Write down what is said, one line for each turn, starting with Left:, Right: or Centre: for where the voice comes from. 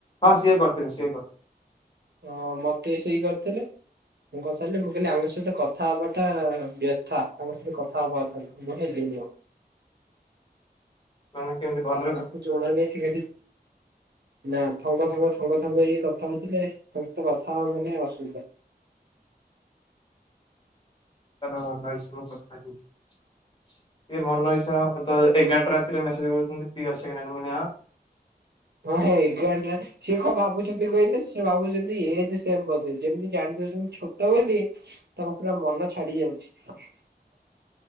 Left: ହଁ ସିଏ କରିଥିଲେ ସିଏ କରିଥି
Right: ହଁ ମତେ ସେଇ କରିଥିଲେ। ମୁଁ କଥା ହେଲି ମୁଁ କହିଲି ଆଙ୍କ ସହିତ କଥା ହବାଟା ବ୍ୟଥା ଆଙ୍କ ସହିତ କଥା ହବା କଥା ନୁ ମୁଁ ହେଲିନି ମ
Left: ମାନେ କେନ୍ତି ଭଲ
Right: ତାଙ୍କୁ ଜଣା ନାଇଁ ସିଏ ଆଲି ନା ଥଙ୍ଗ ଥଙ୍ଗ ଥଙ୍ଗ ଥଙ୍ଗ ହେଇ କଥା ହଉଥିଲେ ତାଙ୍କ ତୁ କଥା ହବ ନେ ଅସୁବିଦା।
Left: କାରଣ <unintelligible> ସିଏ ଭଲ ହିସାବରେ <unintelligible> ତ ଏଗାରଟା ରାତିରେ ମେସେଜ୍ କରୁଛନ୍ତି ଫ୍ରି ଅଛ କି ନା ନାଇଁ ମୁଁ କଇଲି ହଁ।
Right: ଫୁଣି ଏଗାର <unintelligible> ସିଏ କଁ ଭାବୁ ଭାବୁଚିନ୍ତି କଇଲେ ସିଏ ଭାବୁଚନ୍ତି ଏଜେ ସେମ୍ ବୋଧେ ଯେମିତି ଜାଣିଦଉଚନ୍ତି ଛୋଟ ବୋଲି ତାଙ୍କ ପୁରା ମନ ଛାଡି ଯାଉଛି।